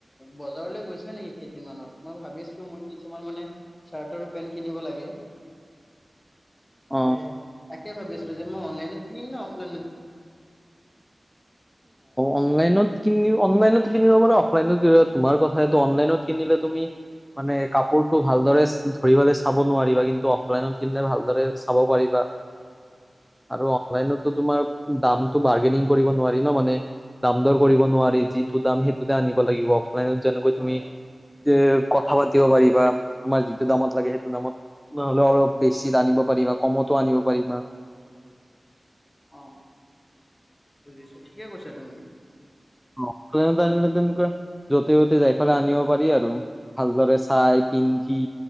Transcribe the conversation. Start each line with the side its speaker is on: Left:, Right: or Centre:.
Left: বজাৰলৈ গৈছিলা নেকি কেইদিন মানত মই ভাবিছিলো। মোৰ কিছুমান মানে চাৰ্ট আৰু পেন্ট কিনিব লাগে।
Centre: অ
Left: তে। কি ভাবেছ যে মই অনলাইনত দিম নে অফলাইনত দিম।
Centre: অনলাইনত কিনি অনলাইনত কিনিব পাৰে অফলাইনত তোমাৰ কথাটো অনলাইনত কিনিল। তুমি। মানে কাপোৰতটো ভালদৰে ধৰিবলৈ চাব নোৱাৰিবা কিন্তু অফলাইনত কিনিলে ভালদৰে চাব পাৰিবা। আৰু অনলাইনতো তোমাৰ দামতটো মাৰ্গেনিং কৰিব নোৱাৰি। ন মানে দাম দৰ কৰিব নোৱাৰি যিটো দাম সেইটোতে আনিব লাগিব। যেনেকৈ
Left: হয়
Centre: তুমি যে কথা পাতিবা। পাৰিবা তুমাৰ যিটো দামত লাগে সেইটো দামত নহলে অলপ বেছিত আনিব পাৰিবা কমতো আনিব পাৰিবা। পাৰিবা।
Left: অ বুজিছো ঠিকে কৈছা তুমি।
Centre: আনিলে তেনেকুৱা য'তে য'তে যাইফালে আনিব পাৰি আৰু ভালদৰে চাই পিন্ধি।